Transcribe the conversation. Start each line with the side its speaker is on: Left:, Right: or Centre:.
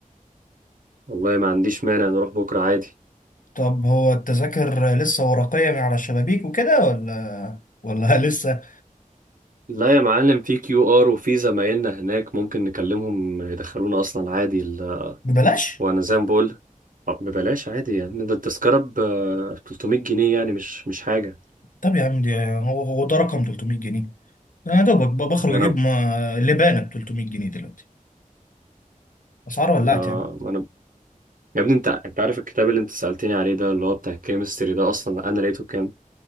Right: والله ما عنديش مانع نروح بكرة عادي
Left: طب هو التذاكر لسه ورقيه من على الشبابيك وكده ولا ولا <laughs> لسه
Right: لا يا معلم في كيو ار وفي زمايلنا هناك ممكن نكلمهم يدخلونا اصلا عادي ال...
Left: ببلاش
Right: وانا زي ما بقول طب ببلاش عادي يعني ده التذكرة ب 300 جنيه يعني مش مش حاجة
Left: طب يا عم دي هو هو ده رقم 300 جنيه انا يا دوبك ب- بخرج
Right: إن انا
Left: اجيب ما- لبانه ب 300 جنيه دلوقتي اسعار ولعت
Right: آه،
Left: يعني
Right: انا يا ابني انت انت عارف الكتاب اللي انت سألتني عليه ده اللي هو بتاع الكيمستري ده اصلا انا لقيته كام